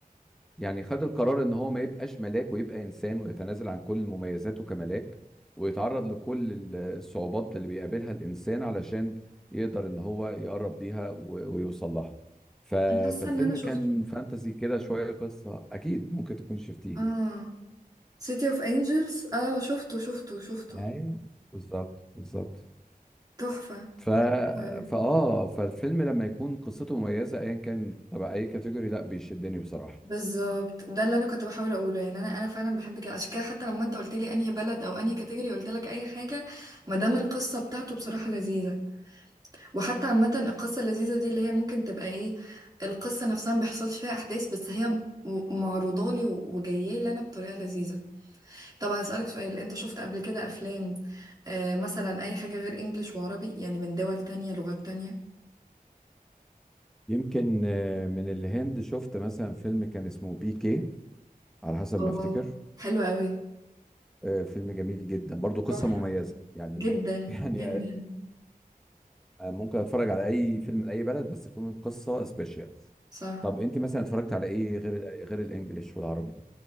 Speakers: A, in the centre; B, on the right (about 25°).
A: يعني خد القرار ان هو ما يبقاش ملاك ويبقى انسان ويتنازل عن كل مميزاته كملاك ويتعرض لكل ال- الصعوبات اللي بيقابلها الانسان علشان يقدر ان هو يقرب ليها و- ويوصل لها ف...
B: انا حاسه
A: فالفيلم
B: ان انا شفته
A: كان فانتسي كده شوية قصة اكيد ممكن تكون شفتيه
B: اه سيتي اوف انجلز اه شفته شفته شفته
A: ايوه بالظبط بالظبط
B: تحفه
A: ف...
B: حلو أوي.
A: فاه فالفيلم لما يكون قصته مميزة ايا كان تبع اي كاتيجوري لا بيشدني بصراحة
B: بالظبط ده اللي انا كنت بحاول اقوله يعني انا انا فعلا بحب كده عشان كده حتى لما انت قلت لي انهي بلد او انهي كاتيجوري قلت لك اي حاجه ما دام القصه بتاعته بصراحه لذيذه وحتى عامه القصه اللذيذه دي اللي هي ممكن تبقى ايه القصه نفسها ما بيحصلش فيها احداث بس هي م- معروضه لي وجايه لي انا بطريقه لذيذه طب هسألك سؤال انت شفت قبل كده افلام آه مثلا اي حاجة غير انجليش وعربي يعني من دول تانية لغات تانية
A: يمكن آه، من الهند شفت مثلا فيلم كان اسمه بي كي على حسب ما
B: اه
A: افتكر
B: حلوة قوي
A: آه، فيلم جميل جدا برضو قصة
B: تحفة
A: مميزة يعني
B: جدا
A: <laughs> يعني
B: جدا
A: آه، ممكن اتفرج على اي فيلم لاي بلد بس تكون القصة سبيشال
B: صح
A: طب انت مثلا اتفرجت على ايه غير غير الانجليش والعربي